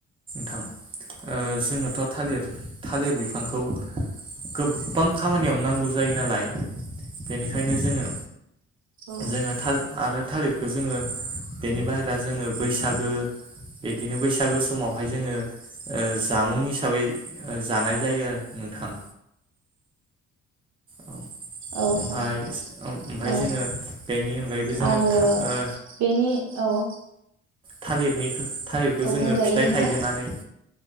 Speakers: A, on the right; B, on the right.
A: नोंथां ओ जोङोथ' थालिर थालिर बिफांखौ गोबबां खामानियावनो नांगौ जायो नालाय बेनिखायनो जोङो
B: औ
A: जोङो थाल आरो थालिर बेखौ जोङो बेनि बाहेरा जोङो बैसागो बिदिनो बैसागो समावहाय जोङो जामुं हिसाबै जानाय जायो आरो नोंथां औ
B: औ
A: ओमफाय
B: औ
A: ओ-ओमफाय
B: औ
A: जोङो बेनि अनगायैबो जोङो
B: आरो
A: था ओ
B: बेनि औ
A: थालिरनिखौ थालिरखौ
B: औ
A: जोङो
B: बुंजायो
A: फिथाइ
B: नोंथां।
A: थायहोनानै